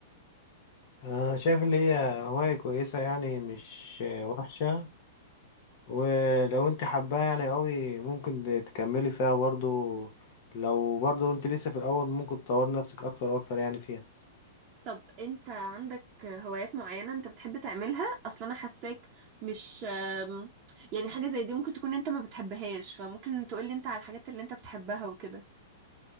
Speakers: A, on the left (about 55°); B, on the right (about 35°).
A: انا شايف اللي هي هواية كويسة يعني مش وحشة ولو انت حباها يعني قوي ممكن تكملي فيها برضو لو برضو انت لسه في الاول ممكن تطور نفسك اكتر واكتر يعني فيها
B: طب أنت عندك هوايات معينة أنت بتحب تعملها أصلا أنا حاساك مش آم، يعني حاجة زي دي ممكن تكون أنت ما بتحبهاش فممكن تقولي أنت على الحاجات اللي أنت بتحبها وكده